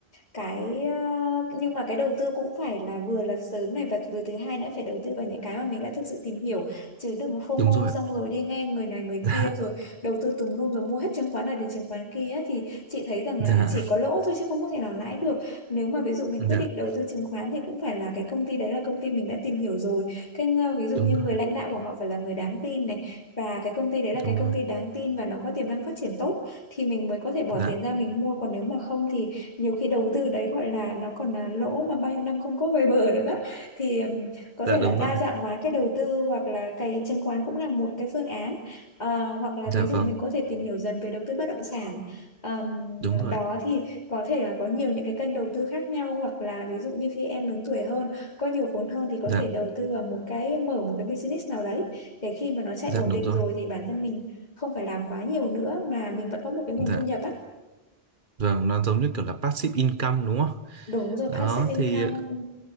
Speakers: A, on the left (about 45°); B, on the right (about 55°).
A: cái ờ, nhưng mà cái đầu tư cũng phải là vừa là sớm này và vừa thứ hai nữa phải đầu tư vào những cái mà mình đã thực sự tìm hiểu chứ đừng FOMO
B: đúng rồi
A: xong
B: ạ
A: rồi đi nghe người này người
B: dạ
A: kia rồi đầu tư tùm lum rồi mua hết chứng khoán này đến chứng khoán kia á, thì chị thấy rằng
B: dạ
A: là chỉ có lỗ thôi chứ không có thể nào lãi được. Nếu mà ví dụ mình
B: dạ
A: quyết định đầu tư chứng khoán thì cũng phải là cái công ty đấy là công ty mình đã tìm hiểu rồi. Cái ờ, ví dụ
B: đúng
A: như
B: rồi
A: người lãnh đạo của họ phải là người đáng tin này và cái công ty đấy là cái
B: đúng
A: công
B: rồi
A: ty đáng tin và nó có tiềm năng phát triển tốt thì mình mới có thể bỏ
B: dạ
A: tiền ra mình mua còn nếu mà không thì nhiều khi đầu tư đấy gọi là nó còn là lỗ mà bao nhiêu năm không có về bờ được á thì ừm, có
B: dạ
A: thể
B: đúng
A: là đa
B: rồi
A: dạng hóa cái đầu tư hoặc là cái chứng khoán cũng là một cái phương án Ờ, hoặc là
B: dạ
A: ví dụ
B: vâng
A: mình có thể tìm hiểu dần về đầu tư bất động sản Ờm,
B: đúng rồi
A: đó
B: ạ.
A: thì có thể là có nhiều những cái kênh đầu tư khác nhau hoặc là ví dụ như khi em lớn tuổi hơn có nhiều vốn hơn thì có
B: dạ
A: thể đầu tư vào một cái mở một cái business nào đấy để khi mà nó chạy
B: dạ
A: ổn
B: đúng
A: định
B: rồi
A: rồi thì bản thân mình không phải làm quá nhiều nữa mà mình vẫn có một cái nguồn
B: dạ
A: thu nhập á
B: vâng nó giống như kiểu là passive income đúng không
A: đúng rồi
B: đó
A: passive income
B: thì
A: ừ.